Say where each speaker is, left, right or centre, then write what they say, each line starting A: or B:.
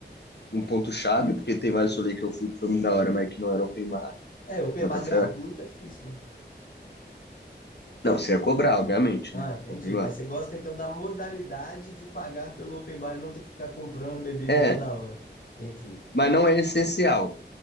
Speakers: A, on the left; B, on the left.
A: num ponto-chave, porque tem vários rolês que eu fui que foi muito da hora, mas que não era open bar.
B: É, open
A: Bota
B: bar
A: fé.
B: gratuito é difícil, né?
A: Não, você ia cobrar, obviamente,
B: Ah,
A: né?
B: entendi.
A: Open bar.
B: Mas você gosta então da modalidade de pagar pelo open bar e não ter que ficar comprando bebida
A: É,
B: toda hora. Entendi.
A: mas não é essencial.